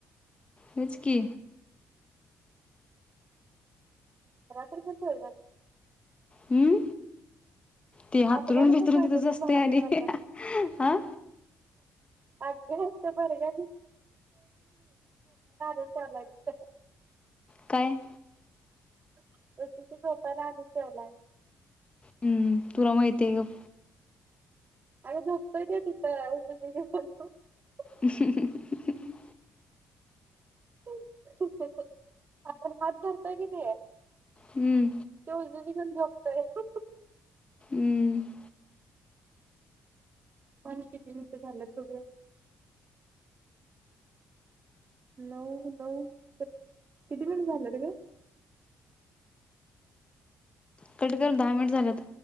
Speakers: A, on the left; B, on the right.
A: होयच की
B: रात्री कस गेलतात?
A: अं? ती हातरून
B: आपल्याला
A: बिथरून
B: पण रात्रीची
A: तिथंच असतंय
B: भारी
A: आणि
B: अभ्यास
A: आ
B: जास्त <unintelligible> झोपायला अजुन <unintelligible>
A: काय?
B: <unintelligible> झोपायला आणून द्यायलायं.
A: हम्म. तुला माहितीये गप
B: अरे झोपतोय काय तिथं <unintelligible>
A: हम हम हम हम.
B: ् ठीक आपण हातधरतय क <unintelligible> ते
A: हम्म
B: <unintelligible> होय हु हु हु.
A: हम्म.
B: पण किती मिनिट झालेत बघूया? नऊ नऊ किती मिनट झालेत ग?
A: कट कर दहा मिनिट झाल्यात.